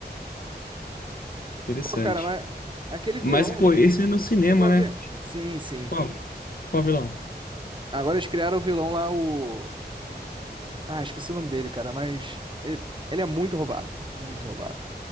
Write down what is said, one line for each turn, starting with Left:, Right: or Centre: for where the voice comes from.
Left: Interessante.
Right: Pô, cara, mas aquele
Left: Mas
Right: vilão,
Left: pô, esse é no cinema,
Right: tu chegou a
Left: né?
Right: ver? Sim, sim.
Left: Qual? Qual vilão?
Right: Agora eles criaram o vilão lá, o. Ah, esqueci o nome dele, cara, mas ele, ele é muito roubado. Muito roubado.